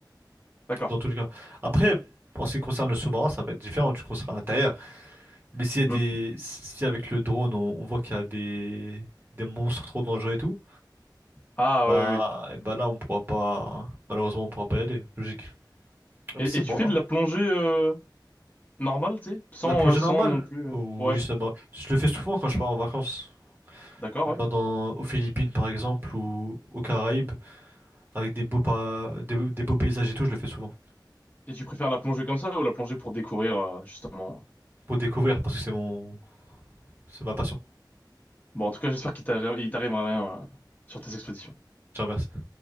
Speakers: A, on the left; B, on the right.
A: D'accord.
B: dans tous les cas. Après, en ce qui concerne le sous-marin, ça va être différent, du coup, on sera à l'intérieur. Mais s'il y a des.
A: Hmm.
B: Si avec le drone, on, on voit qu'il y a des... des monstres trop dangereux et tout,
A: Ah,
B: bah,
A: ouais, ouais. ouais.
B: eh bah là, on pourra pas. Malheureusement, on pourra pas y aller, logique. Même
A: Et,
B: si
A: et
B: moi,
A: tu fais de la plongée euh, normale, tu sais? Sans,
B: la plongée
A: euh, sans
B: normale,
A: non plus... euh,
B: oui,
A: Ouais,
B: ça va. Je le fais souvent quand je pars en vacances.
A: d'accord, ouais.
B: Dans, dans- aux Philippines, par exemple, ou aux Caraïbes, avec des beaux, pa- des des beaux paysages et tout, je le fais souvent.
A: Et tu préfères la plongée comme ça ou la plongée pour découvrir, euh, justement?
B: pour découvrir parce que c'est mon c'est ma passion.
A: Bon, en tout cas, j'espère qu'il t'arrive, il t'arrivera rien euh, sur tes expéditions.
B: Je te remercie.